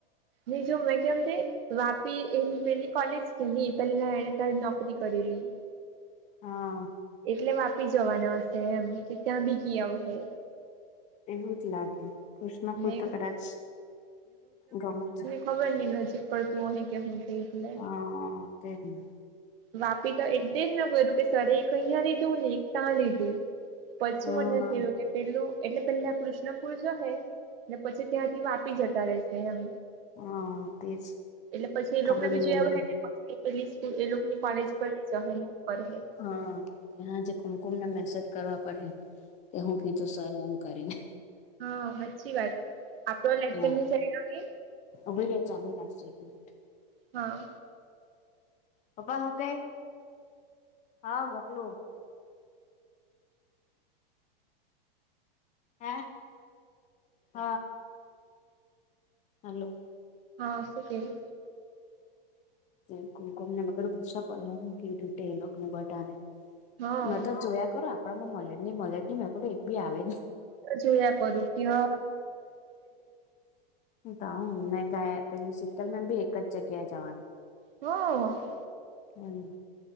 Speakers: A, on the right; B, on the left.
A: ને જો મેં કેમ તે વાપી એની પેલી કોલેજ કેની પેલ્લા એણે તા જ નોકરી કરેલી
B: હા,
A: એટલે વાપી જવાના હશે એમ કે ત્યાં બી ગી આવહે
B: એવું જ લાગે કૃષ્ણપુર
A: ને
B: તો કદાચ ગમ છે.
A: ખબરની નજીક પડતું અહે કે હું તે એટલે
B: હ, તે જે ને
A: વાપી તો એટ, તે જ મે કયરુ કે સરે એક અઈયા લીધું ને એક તા લીધું પછી
B: હા
A: મને થીયુ કે પેલ્લું એટલે પેલ્લા કૃષ્ણપૂર જહે ને પછી ત્યાંથી વાપી જતા રેશે એમ
B: હા તેજ
A: એટલે પસી એલોકને
B: ખબર
A: બી
B: નહી
A: જોય
B: એ
A: આવહે કે પસી પેલી સ્કુ એલોક કોલેજ પર બી જહે ને એવુ કરહે
B: હા, હાજે કુમકુમને મેસેજ કરવા પડહે કે હું કીધું સરે એમ કરીને
A: હ, હાચ્ચી વાત આપડો લેક્ચર
B: હ,
A: ની ચાયલો
B: ઉભી રે ચાલુ રાખજે એક મિનિટ
A: હા
B: પપ્પા હુ કેય, હ મોકલુ હે, હ હ હલો
A: હા, શું કેય
B: એ કુમકુમ ને એલોક ને પૂછવા પડહે હું કીયુ તે એલોકને બધાને
A: હા
B: મેત
A: મે
B: જોયા કરુ આપણામાં મલેજની મલેજની મે તો એક ભી આવેજની
A: જોયા કરું કે છે હ
B: ત હું ને ગાયા ને પેલી શીતલ મેમ ભી એક જ જગ્યાએ જાવાની
A: હ
B: હમ,